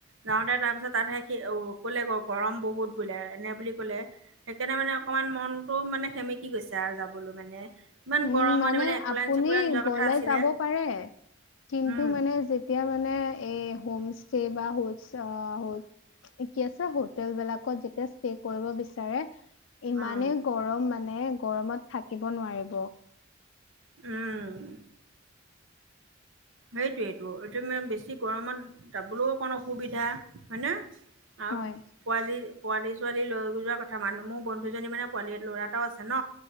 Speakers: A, on the right; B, on the left.
A: যাওঁতে তাৰ পিছত তাতহে সি কলে গৰম বহুত বোলে এনে বুলি কলে, সেইকাৰণে মানে অক ইমান মনটো মানে সেমেকি গৈছে আৰু যাবলৈ মানে। ইমান
B: উম
A: গৰমত
B: মানে
A: একোলেন
B: আপুনি
A: চেকুলেন যোৱা কথা
B: গলে
A: আছিলে
B: যাব পাৰে। কিন্তু
A: উম
B: মানে যেতিয়া মানে এ হোম ষ্টে বা হ কি আছে হোটেল বিলাকত যেতিয়া ষ্টে কৰিব বিচাৰে ইমানেই
A: উম
B: গৰম মানে গৰমত থাকিব নোৱাৰি
A: উম। সেইটোয়েইটো এইটো মানে বেছি গৰমত যাবলৈও অকণ অসুবিধা, হয়নে? আ
B: হয়।
A: পোৱালি পোৱালি-ছোৱালী লৈ গ যোৱা কথা মানুহ মোৰ বন্ধুজনী মানে পোৱালী ল'ৰাটাও আছে ন।